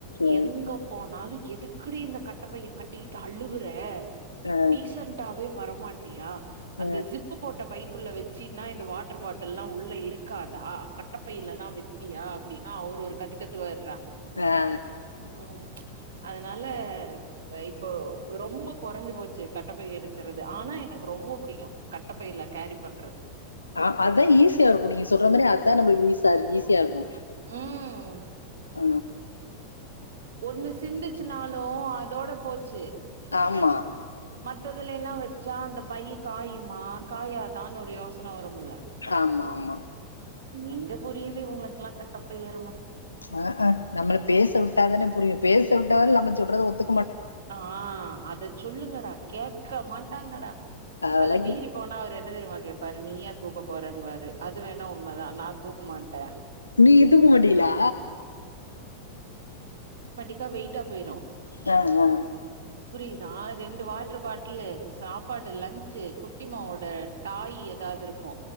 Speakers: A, on the left; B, on the right.
A: அ
B: எங்க போனாலு எதுக்குடி இந்த கட்ட பைய கட்டிக்கிட்டு அழுவுற
A: ஆ
B: டீசன்டாவே வரமாட்டியா அந்த
A: ஆ
B: ஜிப்பு போட்ட பை குள்ள வச்சீன்னா இந்த வாட்டர் பாட்டில் எல்லா உள்ள இருக்காதா கட்டப்பையில தா வெப்பியா அப்டின்னு அவரு ஒரு கத்துக்கத்து வார்றா
A: ஆ
B: உம் அதனால இப்போ ரொம்ப கொறஞ்சு போச்சு கட்ட பைய் எடுக்குறது ஆனா எனக்கு ரொம்ப புடிக்கு கட்டப்பையில கேரி பண்றது
A: ஆ ஆ அதா ஈஸியா இருக்கு நீங்க சொல்ற மாதிரி அது ஆதா நம்மளுக்கு ஈஸார் ஈஸியா இருக்கு
B: ம்
A: ஆ
B: ஒண்ணு சிந்திச்சுனாலு அதோட போச்சு
A: ஆமா
B: மத்ததுல எல்லா வச்சா அந்த பைய காயுமா காயாதான்னு ஒரு யோசன வரும்முல
A: ஆமா ஆமா
B: எங்க புரியுது இவுங்களுக்குக்கெல்லா கட்டப்பை அரும
A: ஆ அ நம்ம பேச விட்டாதானே புரியு பேச விட்டாத நம்ம சொல்றத ஒத்து
B: ஆ அத சொல்லுங்கடா கேட்க மாட்டாங்கடா
A: அதெல்லா
B: அத மீறி போனா அவர் என்ன தெரியுமா கேப் பாரு நீயா தூக்க போறேன்னவாரு அது வேணா உண்மைதா நா தூக்கமாட்டே
A: நீங்க தூக்க மாட்டிலா
B: ட்டா வெய்டா போயிரு
A: அ அ
B: புரியிது நா ரெண்டு வாட்டர் பாட்லு சாப்பாடு லன்சு குட்டிமாவோட டாய் ஏதாவது இருக்கு